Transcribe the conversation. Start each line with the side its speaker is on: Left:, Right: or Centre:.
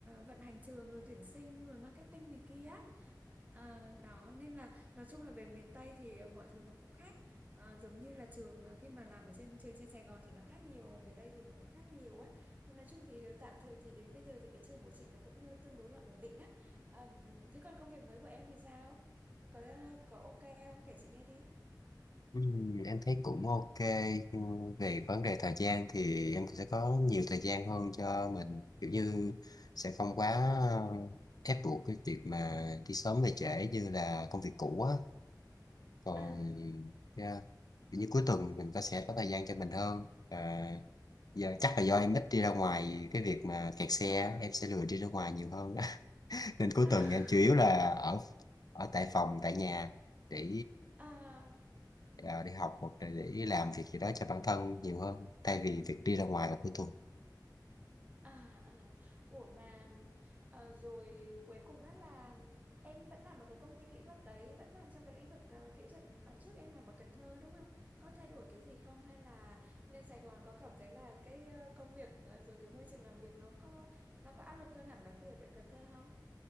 Right: vận hành trường rồi tuyển sinh rồi marketing này kia À, đó nên là nói chung là về miền Tây thì ờ, mọi thứ nó cũng khác à, giống như là trường à, khi mà làm ở trên trường trên Sài Gòn thì nó khác nhiều và về đây thì nó cũng khác nhiều ấy nhưng nói chung thì tạm thời thì đến bây giờ thì cái trường của chị nó cũng ờ, tương đối là ổn định á à, thế còn công việc mới của em thì sao có ờ, có ok không kể chị nghe đi
Left: ừ, em thấy cũng ok Ừ, về vấn đề thời gian thì em sẽ có nhiều thời gian hơn cho mình kiểu như sẽ không quá ờ, ép buộc cái việc mà đi sớm về trễ như là công việc cũ á còn
Right: à,
Left: yeah, kiểu như cuối tuần mình có sẽ có thời gian cho mình hơn à, giờ chắc là do em ít đi ra ngoài cái việc mà kẹt xe á, em sẽ lười đi ra ngoài nhiều hơn <laughs> nên cuối
Right: <laughs>
Left: tuần em chủ yếu là ở ở tại phòng tại nhà để
Right: à,
Left: à, đi học hoặc là để làm việc gì đó cho bản thân nhiều hơn thay vì việc đi ra ngoài vào cuối tuần
Right: À, à. Ủa mà ờ, rồi cuối cùng á là em vẫn làm ở cái công ty kỹ thuật đấy vẫn làm trong cái lĩnh vực ờ, kỹ thuật mà trước em làm ở Cần Thơ đúng không? Có thay đổi cái gì không hay là lên Sài Gòn có cảm thấy là cái ờ, công việc ờ, rồi cái môi trường làm việc nó có nó có áp lực hơn hẳn là khi ở Cần Thơ không?